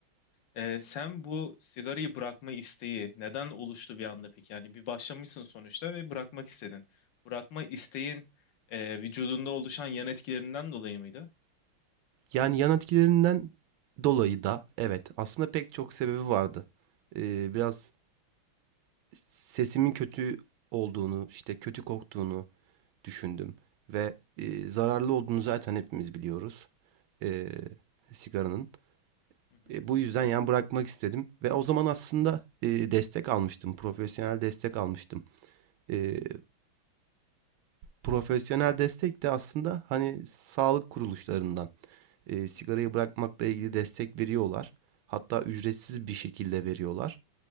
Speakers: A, on the left; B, on the right.
A: Ee, sen bu sigarayı bırakma isteği neden oluştu bir anda peki? Yani bir başlamışsın sonuçta ve bırakmak istedin. Bırakma isteğin e, vücudunda oluşan yan etkilerinden dolayı mıydı?
B: Yani yan etkilerinden dolayı da evet aslında pek çok sebebi vardı. E, biraz sesimin kötü olduğunu işte kötü koktuğunu düşündüm
A: Hı
B: ve e, zararlı olduğunu zaten hepimiz biliyoruz. E, sigaranın.
A: hı,
B: E, bu yüzden yani bırakmak istedim ve o zaman aslında e, destek almıştım, profesyonel destek almıştım. E, profesyonel destek de aslında hani sağlık kuruluşlarından e, sigarayı
A: hı hı,
B: bırakmakla ilgili destek veriyorlar. Hatta ücretsiz bir şekilde veriyorlar.